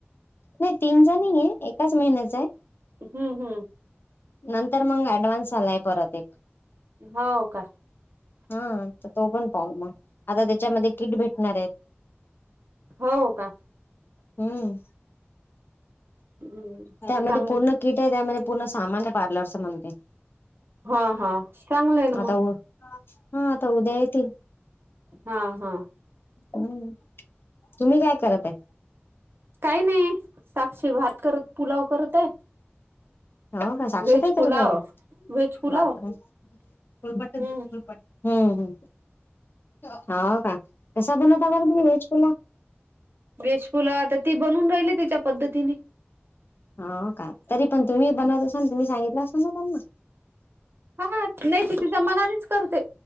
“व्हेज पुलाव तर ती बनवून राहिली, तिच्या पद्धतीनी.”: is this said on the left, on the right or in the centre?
Right